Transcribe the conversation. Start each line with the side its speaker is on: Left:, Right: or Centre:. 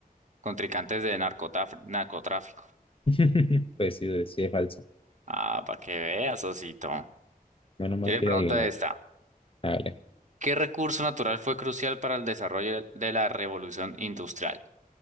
Right: contrincantes de narcotaf- narcotráfico.
Left: <laughs> Pues sí, sí es falso.
Right: Ah, para que veas, Osito.
Left: Menos mal
Right: Yo le
Left: que
Right: pregunto
Left: le adivinó.
Right: esta.
Left: Ah, Vale.
Right: ¿Qué recurso natural fue crucial para el desarrollo de la revolución industrial?